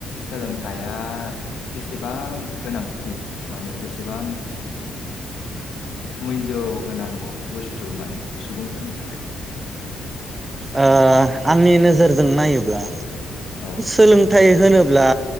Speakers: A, on the left; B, on the right.
A: सोलोंथाइया बेसेबां गोनांथि माने बेसेबां मैल गोनां बुस्थु माने सुबुंफोरनि थाखाय।
B: ओ आंनि नोजोरजों नायोब्ला।
A: औ
B: सोलोंथाइ होनो ब्ला